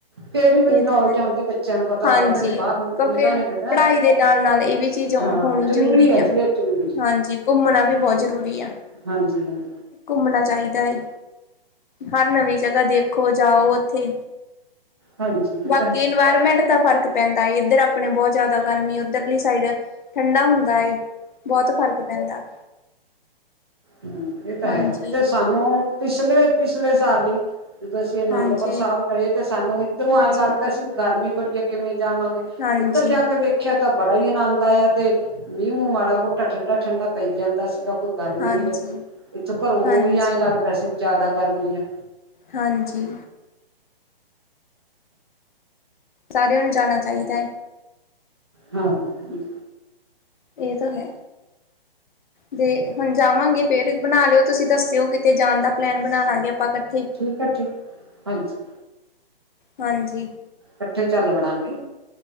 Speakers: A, on the right; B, on the left.
A: ਫੇਰ ਹੀ
B: ਇਹ
A: ਨੌਲੇਜ
B: ਤਾਂ ਹੈ,
A: ਆਉਂਦੀ ਬੱਚਿਆਂ ਨੂੰ ਪਤਾ
B: ਹਾਂਜੀ
A: ਲੱਗਦਾ ਜੇ ਬਾਹਰ
B: ਕਿਉਂਕਿ
A: ਨਿਕਲਣਗੇ ਤਾਂ
B: ਪੜ੍ਹਾਈ ਦੇ ਨਾਲ-ਨਾਲ ਇਹ ਵੀ ਚੀਜ਼
A: ਹਾਂ
B: ਹੋਣੀ ਜ਼ਰੂਰੀ
A: ਹੈ
B: ਆ।
A: ਜੀ ਇਹ ਜ਼ਰੂਰੀ
B: ਹਾਂਜੀ ਘੁੰਮਣਾ ਵੀ ਬਹੁਤ ਜ਼ਰੂਰੀ ਜਰੂਰੀ ਆ
A: ਹਾਂਜੀ ਹਾਂਜੀ
B: ਘੁੰਮਣਾ ਚਾਹੀਦਾ ਏ। ਹਰ ਨਵੀਂ ਜਗ੍ਹਾ ਦੇਖੋ, ਜਾਓ ਉੱਥੇ।
A: ਹਾਂਜੀ ਇਹ
B: ਬਾਕੀ
A: ਤਾਂ ਹੈ
B: ਇਨਵਾਇਰਮੈਂਟ ਤਾਂ ਫ਼ਰਕ ਪੈਂਦਾ ਏ ਇੱਧਰ ਆਪਣੇ ਬਹੁਤ ਜ਼ਿਆਦਾ ਗਰਮੀ ਉੱਧਰਲੀ ਸਾਈਡ ਠੰਡਾ ਹੁੰਦਾ ਏ। ਬਹੁਤ ਫ਼ਰਕ ਪੈਂਦਾ।
A: ਹੂੰ, ਏ ਤਾਂ
B: ਹਾਂਜੀ।
A: ਹੈ, ਤੇ ਸਾਨੂੰ ਪਿਛਲੇ ਪਿਛਲੇ ਸਾਲ ਹੀ ਜਦੋਂ ਅਸੀਂ ਅਨੰਦਪੁਰ
B: ਹਾਂਜੀ,
A: ਸਾਬ ਗਏ, ਤੇ ਸਾਨੂੰ ਇੱਧਰੋਂ
B: ਹਾਂਜੀ,
A: ਆਏਂ ਲੱਗਦਾ ਸੀ ਵੀ ਗਰਮੀ ਬੜੀ ਆ ਕਿਵੇਂ ਜਾਵਾਂਗੇ
B: ਹਾਂਜੀ,
A: ਉੱਧਰ ਜਾ ਕੇ ਵੇਖਿਆ ਤਾਂ ਬੜਾ ਹੀ ਆਨੰਦ ਆਇਆ ਤੇ ਮੀਂਹ-ਮੂੰਹ ਮਾੜਾ-ਮੋਟਾ ਠੰਡਾ-ਠੰਡਾ ਪਈ ਜਾਂਦਾ ਸੀਗਾ, ਕੋਈ ਗਰਮੀ
B: ਹਾਂਜੀ।
A: ਨੀ ਲਗੀ। ਇੱਥੋਂ ਘਰੋਂ
B: ਹਾਂਜੀ,
A: ਈ ਆਏਂ ਲੱਗਦਾ ਸੀ ਬੀ ਜਿਆਦਾ ਗਰਮੀ ਆ।
B: ਹਾਂਜੀ। ਸਾਰਿਆਂ ਨੂੰ ਜਾਣਾ ਚਾਹੀਦੈ।
A: ਹਾਂ, ਹੂੰ।
B: ਇਹ ਤਾਂ ਹੈ। ਤੇ ਹੁਣ ਜਾਵਾਂਗੇ ਫੇਰ ਬਣਾ ਲਿਓ ਤੁਸੀਂ ਦੱਸਿਓ ਕਿਤੇ ਜਾਣ ਦਾ ਪਲੈਨ ਬਣਾਲਾਂਗੇ ਆਪਾਂ। ਇਕੱਠੇ
A: ਠੀਕ ਹੈ ਠੀਕ, ਹਾਂਜੀ।
B: ਹਾਂਜੀ।
A: ਕੱਠੇ ਚੱਲ ਵੜਾਂਗੇ।